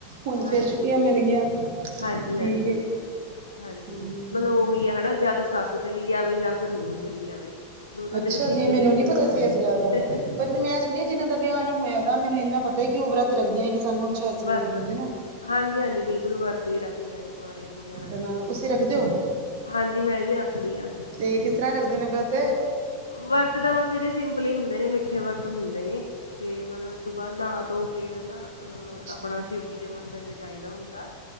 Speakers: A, on the right; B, on the left.
A: ਹੁਣ
B: ਹਾਂਜੀ।
A: ਫੇਰ ਛੁੱਟੀਆਂ ਮਿਲ ਗਈਆਂ।
B: ਹਾਂਜੀ,
A: ਠੀਕ
B: ਹਾਂਜੀ,
A: ਹੈ
B: ਹਾਂਜੀ।
A: ਹਮ
B: ਮਤਲਬ ਉਹੀ ਆ ਹਨਾਂ, ਜਾਂ ਤਾਂ ਸੱਸ ਚਲੀ ਜਾਵੇ ਜਾਂ ਫਿਰ ਨੂੰਹ ਚਲੀ ਜਾਵੇ। ਦੋਨਾਂ
A: ਅੱਛਾ
B: ਦੇ ਵਿੱਚ ਇੱਕ
A: ਜੀ, ਮੈਨੂੰ
B: ਜਣੀ
A: ਨੀਂ
B: ਨੂੰ
A: ਪਤਾ
B: ਜਾਣਾ
A: ਸੀ।
B: ਪੈਂਦਾ
A: ਇਸ ਗੱਲ ਦਾ ਪਰ ਨੀਂ ਮੈਂ ਸੁਣੀ ਜਿਨ੍ਹਾਂ ਦਾ ਵਿਆਹ ਨੀਂ ਹੋਆ ਦਾ, ਮੈਨੂੰ ਇੰਨਾ ਪਤਾ ਐ ਕਿ ਓ ਵਰਤ ਰੱਖਦੀਆਂ ਕਿ ਸਾਨੂੰ ਅੱਛਾ ਹਸਬੈਂਡ
B: ਵਰਤ,
A: ਮਿਲੇ ਹਨਾ
B: ਹਾਂਜੀ ਹਾਂਜੀ ਬਿਲਕੁਲ ਵਰਤ ਵੀ ਰੱਖਦੀਆਂ ਨੇ, ਕੁਆਰੀਆਂ ਕੁੜੀਆਂ ਰੱਖਦੀਆਂ
A: ਹਨਾ
B: ਨੇ।
A: ਤੁਸੀਂ ਰੱਖਦੇ ਹੋ
B: ਹਾਂਜੀ, ਮੈਂ ਵੀ ਰੱਖਦੀ ਆਂ।
A: ਤੇ ਕਿਸ ਤਰ੍ਹਾਂ ਰੱਖਦੇ ਨੇ ਵਰਤ
B: ਵਰਤ ਤਾਂ ਬਸ ਏਦੇ ਸਿੰਪਲ ਈ ਹੁੰਦੇ ਨੇਂ, ਮਿੱਠੇ ਵਰਤ ਹੁੰਦੇ ਨੇ। ਤੇ ਮਤਲਬ ਸੁਬਾਹ ਨਾਂਅ ਧੋ ਕੇ ਹਨਾਂ ਅ
A: ਅੱਛਾ
B: ਆਪਣਾ ਸ਼ਿਵ ਜੀ ਦੇ ਮੰਦਿਰ ਚ ਜਾਈਦਾ ਹੁੰਦਾ